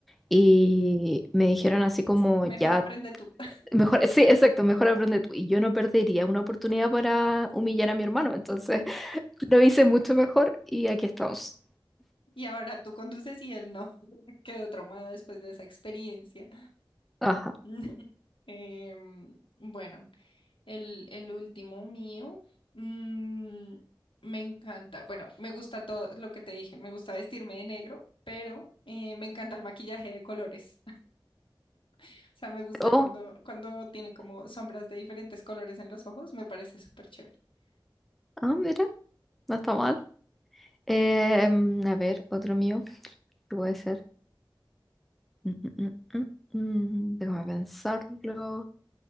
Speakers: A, in the centre; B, on the left.
A: Y me dijeron así como,
B: Es que mejor
A: ya
B: aprende tú. <laughs>
A: Mejor, sí, exacto, mejor aprende tú. Y yo no perdería una oportunidad para humillar a mi hermano. Entonces <laughs> lo hice mucho mejor y aquí estamos.
B: Y ahora tú conduces y él no. <laughs> Quedó traumado después de esa experiencia.
A: Ajá.
B: <laughs> Em, bueno. El, el último mío, mm, me encanta, bueno, me gusta todo lo que te dije, me gusta vestirme de negro, pero eh, me encanta el maquillaje de colores. <laughs> O sea, me gusta
A: Oh,
B: cuando, cuando tienen como sombras de diferentes colores en los ojos, me parece súper chévere. <clears throat>
A: ah, mira, no está mal. Eh, mm, a ver, otro mío. ¿Qué puede ser? Mm, mm, mm, mm, mm, Déjame pensarlo.